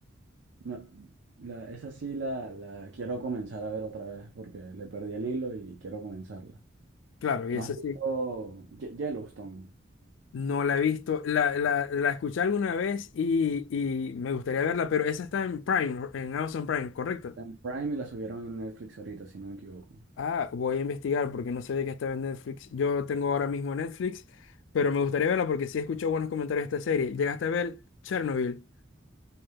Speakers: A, on the right; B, on the left.
A: No, la- esa sí la, la quiero comenzar a ver otra vez porque le perdí el hilo y quiero comenzarla.
B: Claro, y
A: ¿No
B: esa
A: has
B: sí,
A: visto Ye- Yellowstone?
B: no la he visto, la, la, la escuché alguna vez y, y me gustaría verla, pero esa está en Prime, en Amazon Prime, ¿correcto?
A: Está en Prime y la subieron en Netflix ahorita, si no me equivoco.
B: Ah, voy a investigar porque no sabía que estaba en Netflix. Yo tengo ahora mismo Netflix, pero me gustaría verla porque sí he escuchado buenos comentarios de esta serie. ¿Llegaste a ver Chernobyl?